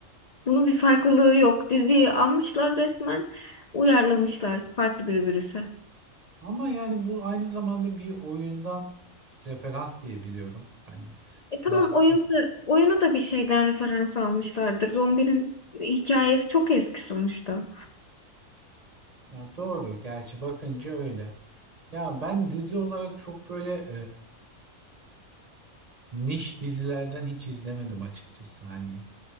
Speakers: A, on the left (about 80°); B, on the right (about 30°).
A: bunun bir farklılığı yok. Diziyi almışlar resmen uyarlamışlar farklı bir virüse.
B: Ama yani bu aynı zamanda bir oyundan referans diye biliyorum. Hani
A: E tamam
B: Last
A: oyunu
B: of Us.
A: da, oyunu da bir şeyden referans almışlardır. Zombinin hikayesi çok eski sonuçta.
B: Ya doğru, gerçi bakınca öyle. Ya ben dizi olarak çok böyle e, niş dizilerden hiç izlemedim açıkçası. Hani